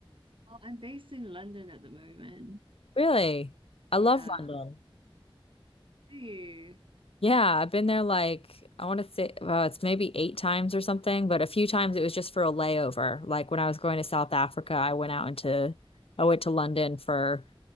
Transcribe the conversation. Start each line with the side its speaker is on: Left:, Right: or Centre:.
Right: oh, I'm based in London at the moment.
Left: Really?
Right: Yeah.
Left: I love London.
Right: Do you?
Left: Yeah, I've been there like I want to say uh, it's maybe eight times or something, but a few times it was just for a layover. Like when I was going to South Africa, I went out into I went to London for